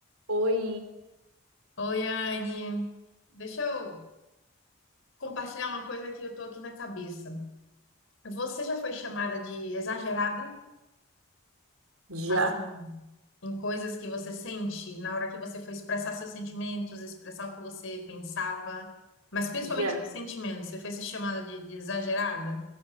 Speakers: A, on the right; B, on the left.
A: Oi,
B: Oi, Anne. Deixa eu compartilhar uma coisa que eu tô aqui na cabeça. Você já foi chamada de exagerada,
A: já,
B: assim, em coisas que você sente na hora que você foi expressar seus sentimentos, expressar o que você pensava, mas principalmente
A: já.
B: de sentimentos. Você foi se chamada de, de exagerada?